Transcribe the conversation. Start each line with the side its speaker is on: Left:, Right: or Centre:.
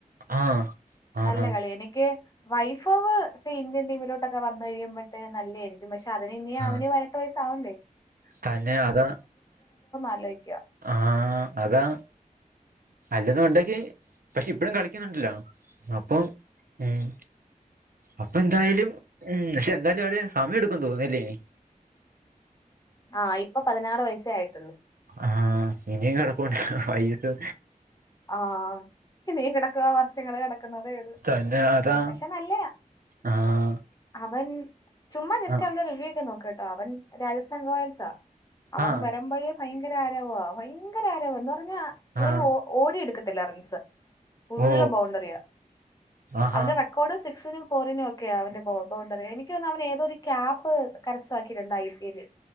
Right: ആഹ് ആഹാ
Left: നല്ല കളി എനിക്ക്. വൈഫവ് പ്പ ഇന്ത്യൻ ടീമിലോട്ടൊക്കെ വന്ന് കഴിയുമ്പോഴത്തേ നല്ലേയിരിക്കും. പക്ഷെ അതിന് ഇനി
Right: ആഹ്
Left: അവന് പതിനെട്ട് വയ സാവണ്ടേ.
Right: തന്നെ അത്
Left: ആലോചിക്കുക
Right: ആഹ് അതാ. അല്ലെത് ഉണ്ടെങ്കി പക്ഷെ ഇപ്പഴും കളിക്കുന്നുണ്ടല്ലോ അപ്പം ഉം. അപ്പന്തായാലും ഉം ക്ഷെന്തെയ്ച്ചാല്. സമയെടുക്കെന്ന് തോന്നുന്നല്ലേനി.
Left: ആ ഇപ്പൊ പതിനാറ് വയസ്സെയായിട്ടൊള്ളു.
Right: ആഹ് ഇനിയും കിടപ്പൊണ്ട് വൈസ്.
Left: ആഹ് ഇനീംകെടക്കക വർഷങ്ങള് കെട ക്കുന്നതേള്ളൂ.
Right: തന്നെ അതാ
Left: പക്ഷെ നല്ലെയാ.
Right: ആഹ്
Left: അവൻ ചുമ്മാ ചിരിച്ചൊണ്ട്
Right: ആഹ്
Left: റിവ്യൂ ക്കൊനോ കേട്ടോ അവൻ രാജസ്ഥാൻ റോയൽസാ. അവൻ
Right: ആഹ്
Left: വെരുമ്പഴ്. ഭയങ്കര ആരവവാ. ഭയങ്കര ആരവം. എന്ന് പറഞ്ഞാ ഇവൻ
Right: ആഹ്
Left: ഓ ഓടിയെടുക്കത്തില്ലേ റൻസ്. ഫുള്ള്
Right: ഓ
Left: ബൗണ്ടറിയാ.
Right: ആഹാ
Left: അവന്റെ റെക്കോർഡ്. സിക്സിനും ഫോറിനും ഒക്കെയ അവന്റെ ബൗ ബൗണ്ടറി. എനിക്ക് തോന്ന് അവൻ ഏതോയൊരു ക്യാപ്പ് കരസമാക്കിട്ടൊണ്ട് ഐ പി എലിൽ.